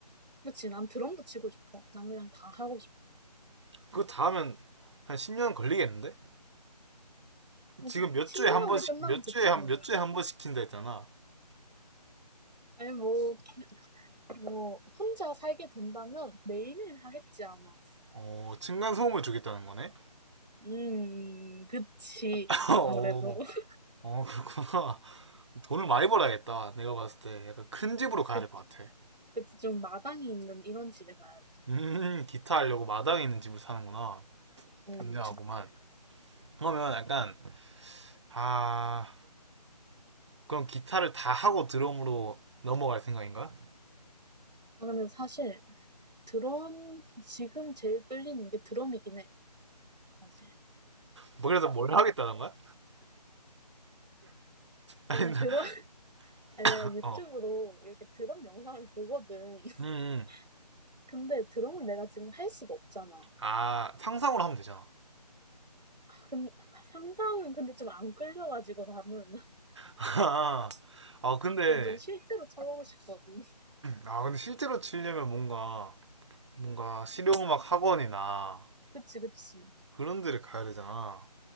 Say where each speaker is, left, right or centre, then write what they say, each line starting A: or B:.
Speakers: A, on the right (about 85°); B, on the right (about 45°).
A: 그치, 난 드럼도 치고 싶어. 난 그냥 다 하고 싶어.
B: 그거 다 하면 한 10년 걸리겠는데?
A: <laughs>
B: 지금 몇
A: 신년
B: 주에 한 번씩
A: 안에 끝나면
B: 몇
A: 좋지.
B: 주에 한
A: 뭐.
B: 몇 주에 한 번 시킨다 했잖아.
A: 아니, 뭐, 뭐, 혼자 살게 된다면 매일매일 하겠지, 아마.
B: 어 층간 소음을 주겠다는 거네?
A: 음, 그치.
B: <laughs>
A: 아무래도.
B: 어.
A: <laughs>
B: 어 그렇구나. 돈을 많이 벌어야겠다. 내가 봤을 때 약간 큰 집으로 가야
A: 그,
B: 될 것 같아.
A: 그치. 좀 마당이 있는 이런 집에 가야지.
B: 음, 기타 하려고 마당에 있는 집을 사는구나.
A: 음,
B: 굉장하구만.
A: 주택.
B: 그러면 약간, 아, 그럼 기타를 다 하고 드럼으로 넘어갈 생각인가?
A: 아, 근데 사실, 드럼, 지금 제일 끌리는 게 드럼이긴 해, 사실.
B: 뭐, 그래서 뭘 하겠다는 거야? <laughs>
A: 아니, 드럼, <laughs> 아니,
B: 아
A: 내가 유튜브로
B: 어.
A: 이렇게 드럼 영상을 보거든. <laughs>
B: 음, 음.
A: 근데 드럼을 내가 지금 할 수가 없잖아.
B: 아, 상상으로 하면 되잖아.
A: 근, 상상은 근데 좀 안 끌려가지고 나는. <laughs>
B: <laughs> 아, 근데,
A: 난 좀 실제로 쳐보고 싶거든.
B: 아, 근데 실제로 치려면 뭔가, 뭔가 실용음악 학원이나
A: <laughs> 그치, 그치.
B: 그런 데를 가야 되잖아.